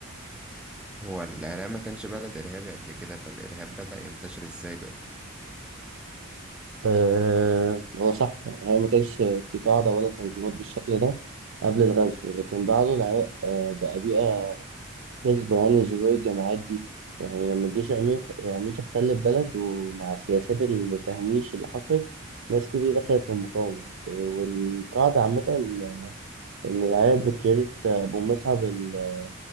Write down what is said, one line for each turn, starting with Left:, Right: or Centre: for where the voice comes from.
Centre: هو العراق ما كانش بلد ارهابي قبل كده فالارهاب بدا ينتشر ازاي بقى
Right: آه، هو صح يعني هي ما كانش في قاعدة ولا تنظيمات بالشكل ده قبل الغزو لكن بعده العراق آه، بقى بيئة غصب عن ظهور الجماعات دي يعني لما الجيش الأمريكي الأمريكي احتل البلد ومع سياسات التهميش اللي حصلت ناس كتير دخلت في المقاومة والقاعدة عامة إن إن العيال بكيرة أبو مصعب ال-